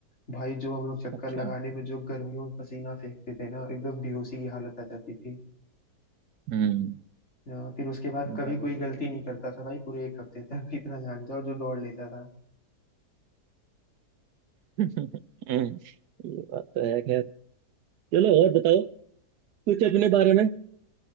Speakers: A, on the left; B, on the right.
A: भाई जो हम लोग चक्कर
B: अच्छा
A: लगाने में जो गर्मियों में पसीना फेंकते थे ना एकदम बेहोशी की हालत आ जाती थी
B: हम्म
A: अ, फिर उसके बाद कभी
B: गजब।
A: कोई गलती नहीं करता था भाई पूरे एक हफ्ते तक <laughs> इतना जान जाओ जो दौड़ लेता था
B: <laughs> ये बात तो है खैर चलो और बताओ कुछ अपने बारे में